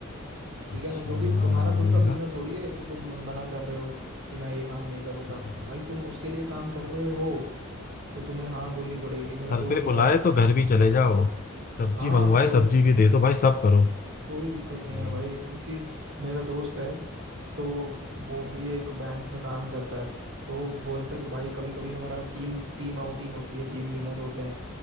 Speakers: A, on the right; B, on the left.
A: ठीक
B: अच्छा
A: है ना क्योंकि
B: हाँ
A: तुम्हारा खुद
B: वही
A: का बिजनेस
B: ना
A: थोड़ी है कि तुम मना कर रहे हो कि मैं ये काम नहीं करूंगा
B: हाँ
A: भाई तुम उसके लिए काम कर रहे हो तो तुम्हें हाँ बोलनी पड़ेगी मेरा
B: घर
A: दोस्त
B: पे
A: बताता
B: बुलाए
A: है।
B: तो घर भी चले जाओ सब्जी
A: हाँ
B: मंगवाए
A: कोई
B: सब्जी भी दे दो भाई सब करो
A: कोई दिक्कत
B: भाई
A: नहीं है भाई क्योंकि मेरा दोस्त है तो वो भी एक बैंक में काम करता है तो वो बोलता है कि भाई कभी कभी हमारा टीम टीम आउटिंग होती है टीम डिनर होते हैं